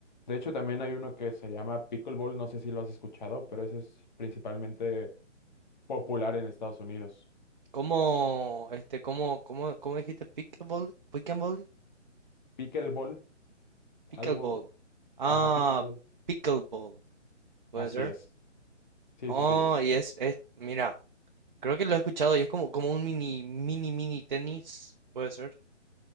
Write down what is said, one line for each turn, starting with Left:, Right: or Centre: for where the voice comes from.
Left: De hecho, también hay uno que se llama pickleball, no sé si lo has escuchado, pero ese es principalmente popular en Estados Unidos.
Right: ¿Cómo, este, cómo, cómo, cómo dijiste? ¿Pickleball? ¿Pickleball?
Left: Pickleball, algo,
Right: Pickleball. Ah,
Left: ajá, pickleball.
Right: pickleball. ¿Puede
Left: Así
Right: ser?
Left: es. Sí,
Right: Oh,
Left: sí, sí.
Right: y es, es, mira, creo que lo he escuchado y es como, como un mini, mini, mini tenis. ¿Puede ser?